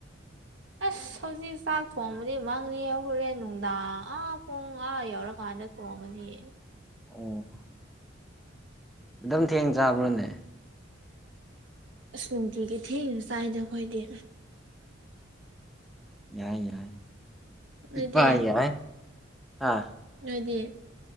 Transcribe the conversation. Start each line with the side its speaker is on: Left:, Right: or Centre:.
Right: ꯑꯁ ꯍꯧꯖꯤꯛ ꯆꯥꯛ ꯊꯣꯡꯕꯗꯤ ꯃꯪꯉ ꯍꯣꯔꯦꯟ ꯅꯨꯡꯗꯥꯡ ꯑꯥ ꯄꯣꯡ ꯑꯥ ꯌꯧꯔꯀꯥꯟꯗ ꯊꯣꯟꯒꯅꯤ
Centre: ꯑꯣ ꯑꯗꯨꯝ ꯊꯦꯡ ꯆꯥꯕ꯭ꯔꯣꯅꯦ
Right: ꯑ ꯅꯨꯡꯇꯤꯒꯤ ꯊꯤꯅ ꯆꯥꯏꯗ ꯑꯩꯈꯣꯏꯗꯤ
Centre: ꯌꯥꯏ ꯌꯥꯏ
Right: ꯅꯣꯏꯗꯤ
Centre: ꯏꯄꯥ ꯌꯥꯏ ꯍꯥ
Right: ꯑꯗꯨꯣꯏꯗꯤ